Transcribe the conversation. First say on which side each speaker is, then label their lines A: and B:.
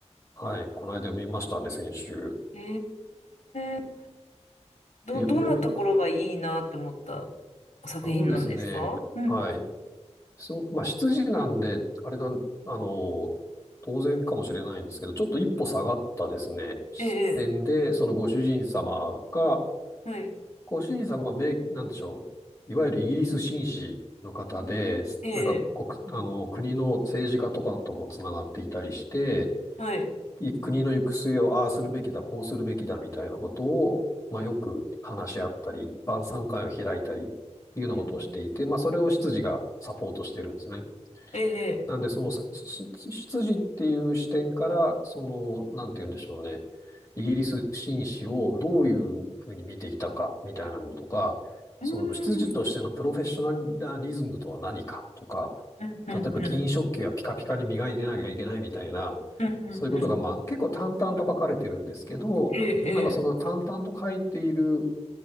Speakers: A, on the left; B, on the left.
A: はい。この間見ましたね、先週。
B: ええ、ど、
A: で、読み終え、
B: どんなところがいいなって思ったお作品なんですかうん。
A: あのですね、はい。すごく、まあ、羊なんで、あれなん、あの、当然かもしれないんですけど、ちょっと一歩下がったですね、視点で、
B: ええ、
A: そのご主人様が、
B: はい。
A: ご主人様は名、なんでしょう。いわゆるイギリス紳士の方で、
B: ええ、
A: なんか国、あの、国の政治家とかともつながっていたりして、
B: はい。
A: い国の行く末をああするべきだ、こうするべきだみたいなことを、まあよく話し合ったり、晩餐会を開いたりっていうようなことをしていて、
B: うんうん。
A: まあそれを執事がサポートしてるんですね。
B: ええ、
A: なんで、その、さすす出っていう視点から、その、なんて言うんでしょうね。イギリス紳士をどういうふうに見ていたか、みたいなのとか、
B: うん。
A: その、出としてのプロフェッショナリズムとは何かとか、
B: うん、うん、うん、
A: 例えば銀食器はピカピカに磨いてなきゃいけないみたいな、
B: うん、
A: そういうことが、
B: うん。うん
A: まあ、結構淡々と書かれてるんですけど、
B: え、
A: なんかその淡々と書いている、
B: ええ